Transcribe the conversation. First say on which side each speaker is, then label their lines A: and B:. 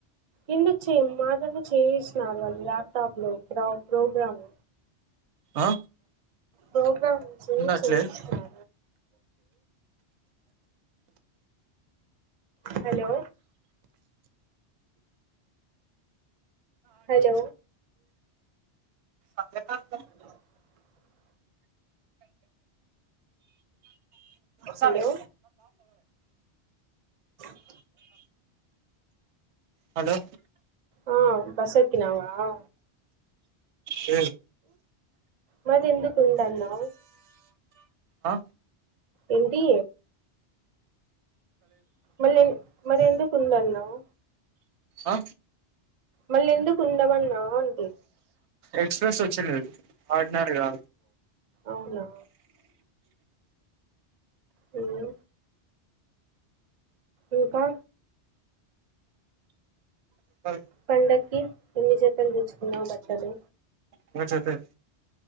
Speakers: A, on the right; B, on the right.
A: ఎందుకు చెయ్యము మాతోనే చేయిస్తున్నారు వాళ్ళు ల్యాప్టాప్ లో ప్ర ప్రోగ్రామ్
B: ఆ
A: ప్రోగ్రామ్ నుంచి
B: ఉందట్లే
A: చేయించను హలో హలో
B: అక్క
A: <inaudible>
B: <inaudible> సా
A: హలో అ
B: హలో
A: ఆ బస్ తిన్నావా
B: ఇ
A: మాదెందుకు ఉండాల్నా
B: ఆ
A: ఎంటి మళ్ళీ మరి ఎందుకు ఉందన్నవు
B: ఆ
A: మళ్ళీ ఎందుకు కుందమన్నా అంటే
B: ఎక్స్ప్రెస్ వచ్చి లేదు ఉన్నాడు గా
A: అవునా హ్మ్ ఇంకా
B: కాదు
A: పండక్కి ఎన్ని జతలు తెచ్చుకున్నావు బట్టలు
B: అన్న చెప్పే